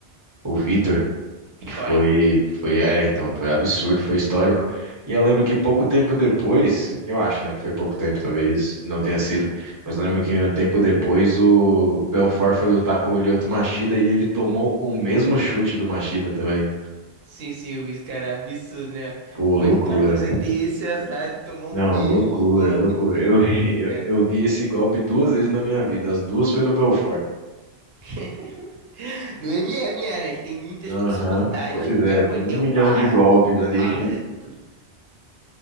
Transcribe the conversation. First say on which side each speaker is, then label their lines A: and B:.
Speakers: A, on the right (about 20°); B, on the right (about 70°).
A: o, o Vitor,
B: Histórico.
A: que foi, foi, é, então, foi absurdo, foi histórico. E eu lembro que pouco tempo depois, eu acho, né, que foi pouco tempo, talvez não tenha sido, mas eu lembro que um tempo depois o Belfort foi lutar com o Lyoto Machida e ele tomou o mesmo chute do Machida também.
B: Sim, sim, eu vi isso, cara. Absurdo, né?
A: Pô,
B: Como
A: loucura.
B: é que o cara consegue ter esse azar de tomar o
A: Não,
B: mesmo
A: loucura,
B: golpe
A: loucura.
B: do mesmo
A: Eu vi,
B: jeito,
A: eu,
B: cara?
A: eu vi esse golpe duas vezes na minha vida. As duas foi no Belfort.
B: <laughs> No MMA, né? Que tem muitas
A: Aham,
B: possibilidades
A: Pois
B: que
A: é,
B: o cara
A: tem
B: pode
A: um
B: derrubar,
A: milhão de golpes
B: cotovelada,
A: ali que.
B: tudo.